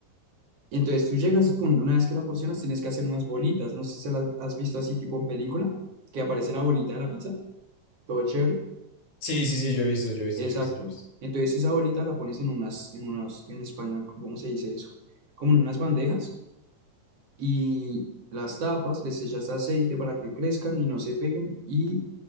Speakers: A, on the right; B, on the left.
A: Entonces tú llegas, pum, una vez que la porcionas tienes que hacer unas bolitas, no sé si las has visto así tipo en película, que aparece la bolita de la pizza, todo chévere.
B: Sí, sí, sí, yo he visto, yo he visto,
A: Exacto.
B: yo he visto, yo he visto.
A: Entonces esa bolita la pones en unas, en unas, en español, ¿cómo se dice eso? Como en unas bandejas y las tapas, les echas aceite para que crezcan y no se peguen y